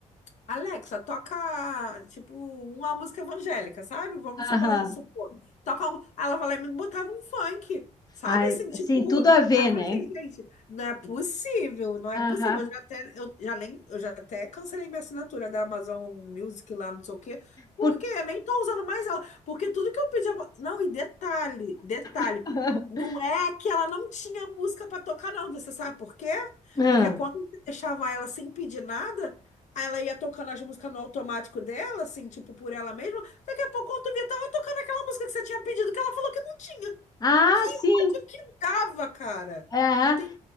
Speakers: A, on the left; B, on the left.
A: Alexa, toca, tipo, uma música evangélica, sabe? Vamos
B: Aham.
A: supor. supor. Toca uma... Aí Ela vai lá e me botava um funk, sabe?
B: Ai,
A: Assim, tipo...
B: sim, tudo a ver,
A: Aí eu falei
B: né?
A: assim, gente, não é possível, não é
B: Aham.
A: possível. Eu já até, eu já nem, eu já até cancelei minha assinatura da Amazon Music lá, não sei o quê. Porque
B: Por...
A: eu nem tô usando mais ela. Porque tudo que eu pedia... Não, e detalhe, detalhe.
B: <laughs>
A: Não é que ela não tinha música pra tocar, não. Você sabe por quê?
B: Ah,
A: Porque quando você deixava ela sem pedir nada... Aí ela ia tocando as músicas no automático dela, assim, tipo, por ela mesma. Daqui a pouco, quando tu via, tava tocando aquela música que você tinha pedido, que ela falou que não tinha.
B: Ah,
A: Que ódio
B: sim.
A: que dava, cara.
B: Aham.
A: Tem...